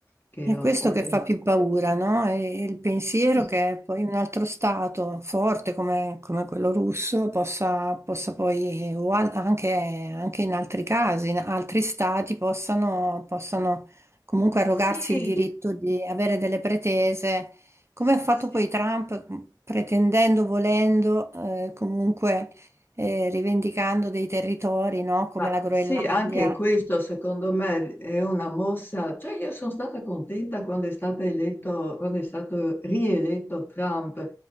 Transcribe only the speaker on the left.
che
ho,
ho
letto.
Sì,
sì,
S-
Sì,
ma
sì, anche questo secondo me è una mossa. Cioè, io sono stata contenta quando è stato eletto, quando è stato rieletto Trump,